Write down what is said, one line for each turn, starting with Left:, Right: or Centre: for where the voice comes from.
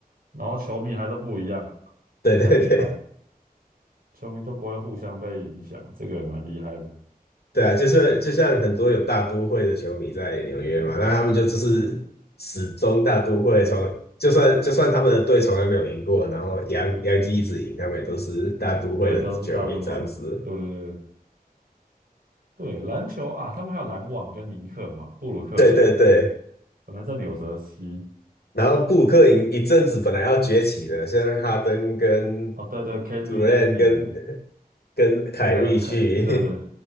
Right: 然后球迷还都不一样，
Left: <laughs> 对对对
Right: 这才厉害。球迷都不会互相被影响，这个也蛮厉害的。
Left: 对啊，就是就像很多有大都会的球迷在纽约嘛，那他们就就是始终大都会从，就算就算他们的队从来没有赢过，然后洋洋基一直赢，他们也都是大都会的球迷这样子。
Right: 对，都是大都会。对对对对，篮球啊，他们还有篮网跟尼克嘛，布鲁克林
Left: 对对对，
Right: 本来在纽泽西。
Left: 然后布鲁克林一阵子本来要崛起的，现在哈登跟
Right: 哦，对对，KD
Left: 杜兰特跟
Right: 那一年
Left: 跟凯瑞去，
Right: 那个看，对对，